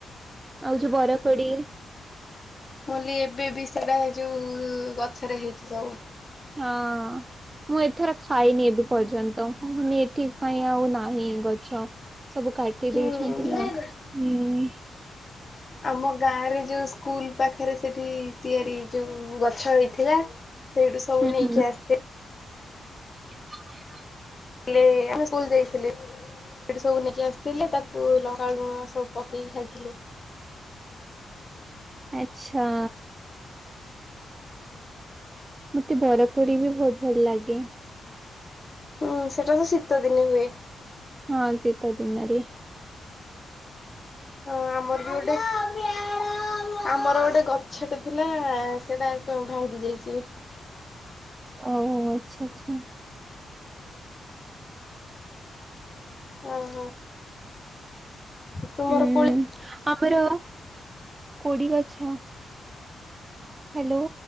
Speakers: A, on the right (about 25°); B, on the left (about 30°).
A: ଆଉ ଯୋଉ ବରକୋଳି।
B: ବୋଇଲି ଏବେ ବି ସେଟା ଯୋଉ ଗଛରେ ହେଇଛି ସବୁ।
A: ହଁ। ମୁଁ ଏଥର ଖାଇନି ଏବେ ପର୍ଯ୍ୟନ୍ତ ହଁ ମାନେ ଏଥିପାଇଁ ଆଉ ନାହିଁ ଗଛ। ସବୁ କାଟି
B: ହୁଁ।
A: ଦେଇଛନ୍ତି ନା ହୁଁ।
B: ଆମ ଗାଁରେ ଯୋଉ ସ୍କୁଲ ପାଖରେ ସେଠି ତିଆରି ଯେଉଁ ଗଛ ହେଉଛି। ଥିଲା ସେଇଠୁ ସବୁ
A: ହୁଁ
B: ନେଇକି
A: ହୁଁ
B: ଆସିଥିଲେ।
A: <unintelligible>
B: ହେଲେ ଆମେ ସ୍କୁଲ ଯାଇଥିଲୁ। ସେଠି ସବୁ ନେଇକି ଆସିଥିଲେ ତାକୁ ଲଙ୍କାଲୁଣ ସବୁ ପକେଇକି ଖାଇଥିଲୁ।
A: ଆଚ୍ଛା। ମୋତେ ବରକୋଳି ବି ବହୁତ ଭଲ ଲାଗେ।
B: ହୁଁ ସେଟା ତ ଶୀତ ଦିନେ ହୁଏ।
A: ହଁ ଶୀତ ଦିନରେ।
B: ହଁ ଆମର ବି ଗୋଟେ। ଆମର ଗୋଟେ ଗଛଟେ ଥିଲା ସେଟା ଭାଙ୍ଗି ଯାଇଛି।
A: ଓ ହଉ ହଉ ଆଚ୍ଛା ଆଚ୍ଛା।
B: ଓ ହଁ। ତୁମର
A: ହୁଁ
B: କୋଳି
A: ଆମର କୋଡି ଗଛ ହ୍ୟାଲୋ